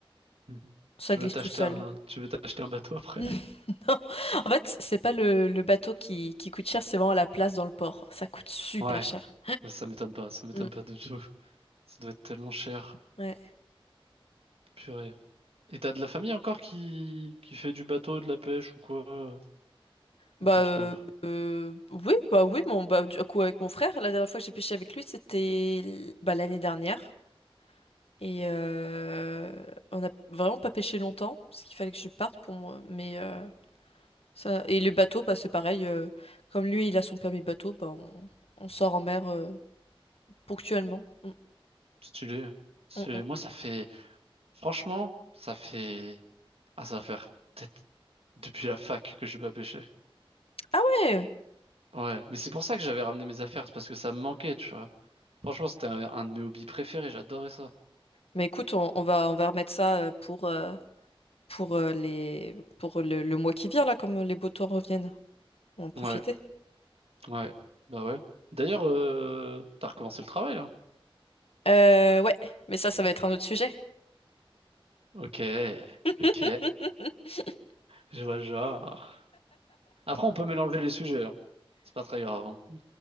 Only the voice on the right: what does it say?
Mhm.
Tu
veux t'acheter
un, tu veux t'acheter un bateau
après?
Ouais.
Ouais, Ça m'étonne pas, ça m'étonne
pas du tout. Ça doit être tellement cher.
Purée. Et t'as de la famille encore qui, qui fait du bateau, de la pêche ou quoi?
Ou plus
trop.
Stylé. C'est-
Moi, ça fait... Franchement, ça fait... Ah, ça va faire peut-être depuis la fac que j'ai pas pêché.
Ouais. Mais c'est pour ça que j'avais ramené mes affaires. C'est parce que ça me manquait, tu vois. Franchement, c'était un, un de mes hobbies préférés. J'adorais ça.
Ouais. Ouais. Bah ouais. D'ailleurs, euh... t'as recommencé le travail, là?
Ok.
Ok. Je vois le genre. Après, on peut mélanger les sujets. hein. C'est pas très grave. hein.